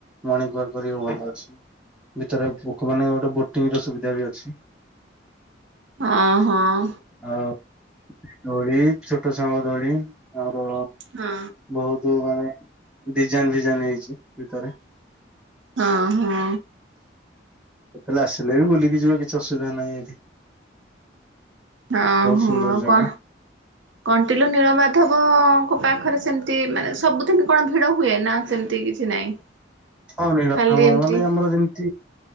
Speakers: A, in the centre; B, on the right.
A: ମଣିଙ୍ଗ ୱାର୍କ କରିବାକୁ ଭଲ ଅଛି। ଭିତରେ ଲୋକ ମାନ ଗୋଟେ ବୋଟିଂ ର ସୁବିଧାବି ଅଛି।
B: ହଁ ହଁ।
A: ଆଉ ଦୋଳି ଛୋଟ ଛୁଆଙ୍କ ଦୋଳି ଆର
B: ହଁ।
A: ବହୁତ୍ ମାନେ ଡିଜାଇନ୍ ଫିଜାଇନ୍ ହେଇଚି ଭିତରେ
B: ହଁ ହଁ।
A: କେତେବେଳେ ଆସିଲେବି ବୁଲିକି ଯିବେ କିଛି ଅସୁବିଧା ନାହିଁ ଏଠି।
B: ହଁ ହୋ
A: ସୁନ୍ଦର
B: ଆଉ
A: ଜାଗା
B: କଁ କଣ୍ଟିଲୁ ନୀଳମାଧବଙ୍କ ପାଖରେ ସେମିତି ମାନେ ସବୁଦିନ କଣ ଭିଡ଼ ହୁଏ ନା ସେମିତି କିଛି ନାହିଁ? <inaudible>
A: ହଁ ନୀଳ
B: ଖାଲି
A: ମାନେ
B: ଏମିତି
A: ଆମର ଯେମିତି